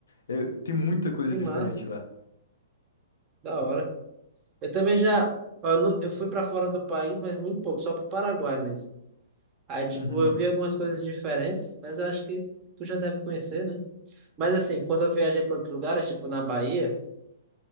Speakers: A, on the left (about 70°); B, on the right (about 30°).
A: É, tem muita coisa
B: Que
A: diferente
B: massa,
A: lá.
B: da hora. Eu também já, ó, eu nu- eu fui para fora do país, mas muito pouco, só pro Paraguai mesmo. Aí, tipo,
A: Uhum.
B: eu vi algumas coisas diferentes, mas eu acho que tu já deve conhecer, né? Mas assim, quando eu viajei para outros lugares, tipo na Bahia,